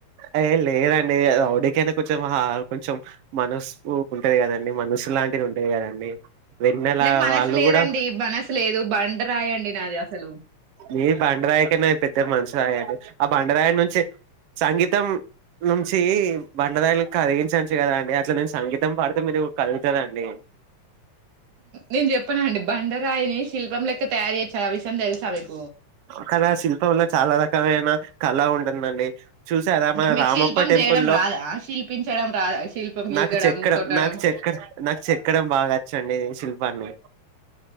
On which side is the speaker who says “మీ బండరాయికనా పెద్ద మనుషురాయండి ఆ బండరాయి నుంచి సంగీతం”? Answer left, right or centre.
Right